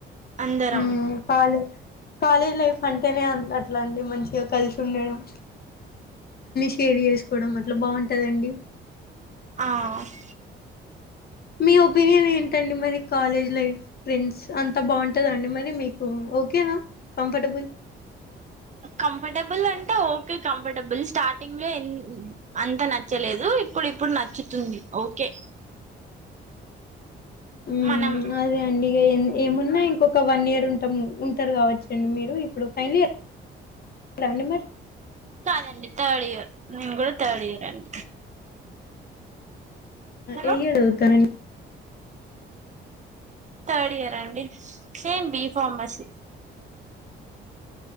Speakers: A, on the right; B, on the left.
A: అందరం
B: ఉమ్ కాలే కాలేజ్ లైఫ్. అంటేనే అన్ అట్లాటి మంచిగా కలిసుండడం. షేర్ జేసుకోడం అట్లా బాగుంటదండి.
A: ఆహ్.
B: మీ ఒపీనియన్ ఏంటండి మరి కాలేజ్ లైఫ్ ఫ్రెండ్స్ అన్. అంత బాగుంటదా అండి మరి మీకూ ఓకేనా కంఫర్టెబుల్.
A: కంఫర్టెబుల్ అంటే ఓకే కంఫర్టెబుల్ స్టార్టింగ్ లో ఏం అంత నచ్చలేదు. ఇప్పుడు ఇప్పుడ్ నచ్చుతుంది ఓకే.
B: ఉమ్
A: మనం
B: అదే అండి. ఏం ఏమున్నాయి ఇంకొక వన్ ఇయర్ ఉంటాం ఉంటారు కావొచ్చండి మీరు ఇప్పుడు ఫైనల్ ఇయర్. రండి మరి.
A: కాదండి థర్డ్ ఇయర్ నేను కూడా థర్డ్ ఇయర్ అండి. హలో
B: ఏ ఇయర్ <unintelligible>
A: థర్డ్ ఇయరే అండి సేమ్ బి ఫార్మసీ.